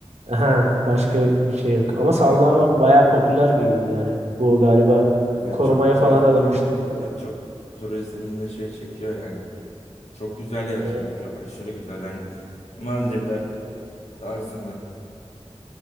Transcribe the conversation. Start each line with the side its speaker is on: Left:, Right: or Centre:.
Right: Aha, başka bir şey yok. Ama sallama
Left: Evet.
Right: bayağı popüler bir yol yani. Bu galiba
Left: Ve
Right: korumaya
Left: çok turist
Right: falan alınmıştı
Left: çok
Right: bir ara.
Left: evet, çok turizmin de şey çekiyor yani. Çok güzel yer
Right: Ne?
Left: çünkü. Aşırı güzel. Hani Maldivler tarzında.